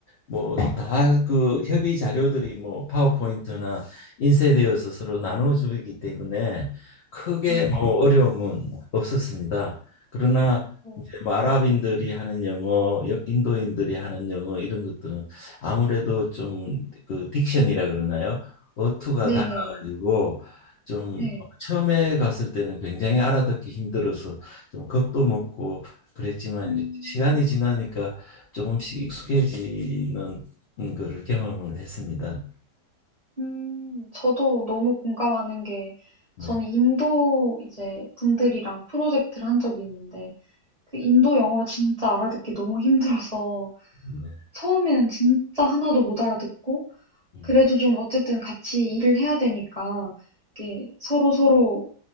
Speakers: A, on the left (about 75°); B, on the right (about 25°).
A: 뭐 다 그 협의 자료들이 뭐 파워포인트나 인쇄되어서 서로 나눠주기 때문에 크게
B: 음.
A: 뭐 어려움은 없었습니다. 그러나
B: 어,
A: 이제 뭐 아랍인들이 하는 영어, 여- 인도인들이 하는 영어 이런 것들은 아무래도 좀 그 딕션이라 그러나요? 어투가
B: 네네.
A: 달라가지고 좀
B: 네.
A: 처음에 갔을 때는 굉장히 알아듣기 힘들어서 좀 겁도 먹고 그랬지만
B: 음,
A: 이제 시간이 지나니까 조금씩 익숙해지는 거를 경험을 했습니다.
B: 음, 저도 너무 공감하는 게,
A: 네,
B: 저는 인도 이제 분들이랑 프로젝트를 한 적이 있는데, 그 인도 영어 진짜 알아듣기 너무 힘들어서,
A: 네,
B: 처음에는 진짜 하나도 못 알아듣고,
A: 음,
B: 그래도 좀 어쨌든 같이 일을 해야 되니까, 이게 서로 서로